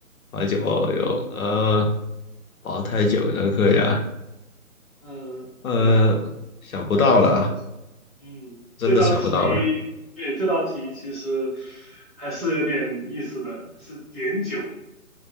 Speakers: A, on the left; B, in the centre.
A: 黄酒哦有，呃，茅台酒能喝呀？
B: 嗯，
A: 呃，
B: 对啊，
A: 想不到了，
B: 还有什么酒？嗯，
A: 真的想不到了。
B: 这道题，对，这道题其实还是有点意思的，是碘酒，